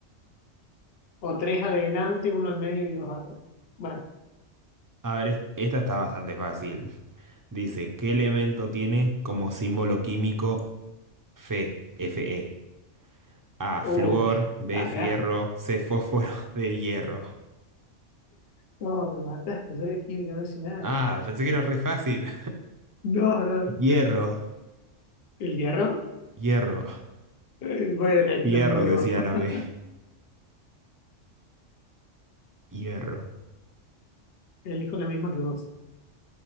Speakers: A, on the left; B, on the right.
A: O tres adelante, uno al medio y dos atrás. Bueno,
B: A ver, es- esta está bastante fácil. Dice, ¿qué elemento tiene como símbolo químico Fe, Fe? A,
A: uy,
B: flúor, B,
A: pará,
B: fierro, C, fósforo, <laughs> D, hierro.
A: no, me mataste, yo de química no sé nada.
B: Ah, pensé que era re fácil.
A: No, no,
B: Hierro.
A: ¿el hierro?
B: Hierro,
A: Eh, Voy a elegir
B: hierro,
A: la misma que
B: decía
A: vos.
B: la B.
A: <laughs>
B: Hierro.
A: Elijo la misma que vos.